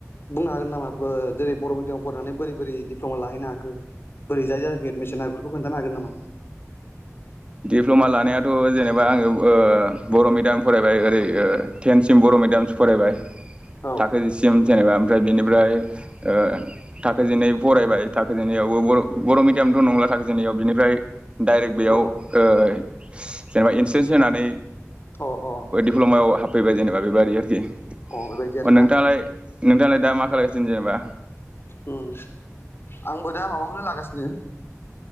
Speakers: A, on the left; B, on the right.
A: बुंनो हागोन नामा बो जेरै बर' मिडियामाव फरायनानै बोरै बोरै डिप्ल'मा लाहैनो हाखो बोरै जाय जायाखै एडमिसना बेफोरखौ खोन्थानो हागोन नामा
B: दिप्ल'मा लानायाथ' जेनेबा आङो ओ बर' मिडियाम फरायबाय ओरै ओ टेनसिम बर' मिडियामसो फरायबाय
A: औ
B: थाखो जि सिम जेनेबा ओमफ्राय बेनिफ्राय ओ थाखो जिनै फरायबाय थाखो जिनैआवबो बर' बर' मिडियामथ' नंला थाखो जिनैआव बिनिफ्राय डाइरेक्ट बेयाव
A: औ
B: ओ जेनेबा इन्ट्रेन्स होनानै
A: अ अ
B: प्लमायाव हाबफैबाय जेनेबा बेबादि आरोखि अ
A: बेबायदि आरो
B: नोंथाङालाय
A: ना
B: नोंथाङालाय दा मा खालायसिनो जेनेबा
A: उम आंबो दा माबाखौनो लागासिनो